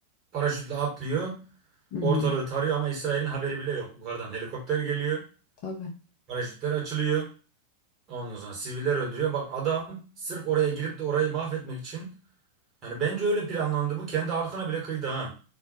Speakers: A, on the right; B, on the left.
A: Paraşütle atlıyor.
B: Hı hı,
A: Ortalığı tarıyor ama İsrail'in haberi bile yok. Yukarıdan helikopter geliyor.
B: tabii.
A: Paraşütler açılıyor. Ondan sonra siviller öldürüyor. Bak adam sırf oraya girip de orayı mahvetmek için. Yani bence öyle planlandı. Bu kendi halkına bile kıydı ha.